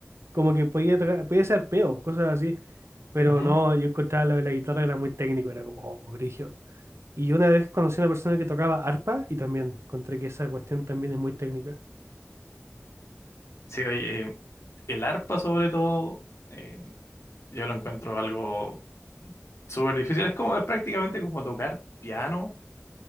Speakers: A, on the right; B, on the left.
A: Como que podía tocar, podía hacer arpeos, cosas así. Pero
B: Ujú.
A: no, yo encontraba lo de la guitarra era muy técnico, era como, oh, brígido. Y yo una vez conocí a una persona que tocaba arpa y también encontré que esa cuestión también es muy técnica.
B: Sí, oye, eh, el arpa sobre todo, eh, yo lo encuentro algo súper difícil. Es como, es prácticamente como tocar piano,